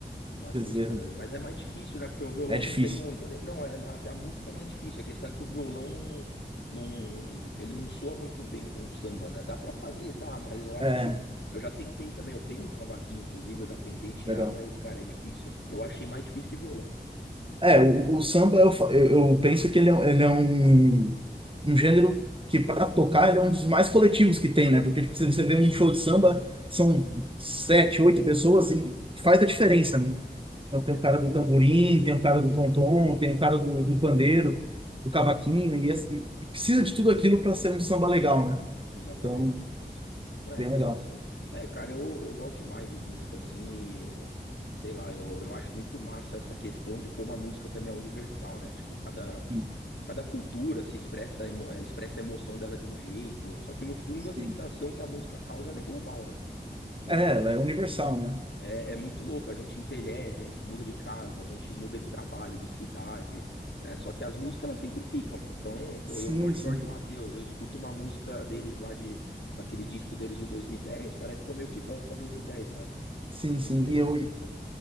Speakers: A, on the left; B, on the right.
A: umas
B: Quer
A: músicas,
B: dizer,
A: mas é mais difícil, né? Porque o violão
B: é difícil.
A: não tem muito. né? Não, é- a, a música não é difícil, a questão é que o violão não, não. Ele não soa muito bem com o samba, né? Dá pra fazer, dá, mas eu acho
B: É,
A: que. Eu já tentei também, eu tenho um cavaquinho, inclusive, eu já tentei tirar,
B: legal.
A: mas, cara, é difícil, hein? Eu achei mais difícil que violão.
B: É, o, o samba, eu, fa- eu eu penso que ele é, um, ele é um, um gênero que, para tocar, ele é um dos mais coletivos que tem, né? Porque, tipo, se você vê um show de samba, são sete, oito pessoas e faz a diferença, né? Então, tem
A: Exatamente.
B: o cara do tamborim, tem o cara do tom-tom, tem o cara do, do pandeiro, do cavaquinho, e, esse- e precisa de tudo aquilo para ser um samba legal, né?
A: Exatamente.
B: Então,
A: Ah,
B: bem
A: interessante.
B: legal.
A: É, cara, eu, eu gosto demais de música, assim, e sei lá, eu, eu acho muito massa essa questão de como a música também é universal, né? Tipo, cada,
B: Sim,
A: cada cultura se expressa, emo- eh, expressa a emoção dela de um jeito, só que no fundo
B: sim.
A: a sensação que a música causa ela é global, né? Então,
B: É, ela é universal, né?
A: é, é muito louco, a gente envelhece, a gente muda de casa, a gente muda de trabalho, de cidade, né? Só que as músicas elas sempre ficam. Então, pô,
B: Sim,
A: eu gosto de
B: sim.
A: Jorge Mateus, eu escuto uma música deles lá de daquele disco deles de 2010. parece que eu meio que volto pra 2010, sabe?
B: Sim,
A: Então é muito
B: sim.
A: interessante
B: E eu,
A: isso aí.